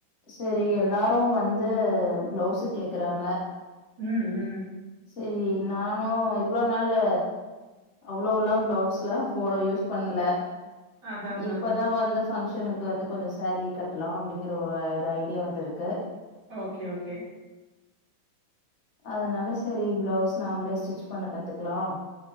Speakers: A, on the left; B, on the right.
A: செரி எல்லாரும் வந்து பிளவ்சு கேக்குறாங்க
B: ம் ம்
A: சரி நானு இவ்ளோ நாள்ளு அவ்ளோ எல்லா ப்ளவுஸ்லா போ யூஸ் பண்ல
B: அதா அதா
A: இப்பதா
B: அதா
A: வந்து பங்க்ஷனுக்கு வந்து கொஞ்ச சாரீ கட்டலாம் அப்டிங்கற வேர ஐடியாலா இருக்கே
B: ஓகே ஓகே
A: அதனால சரி ப்ளவுஸ் நாமளே ஸ்டிச் பண்ண கத்துக்கலாம்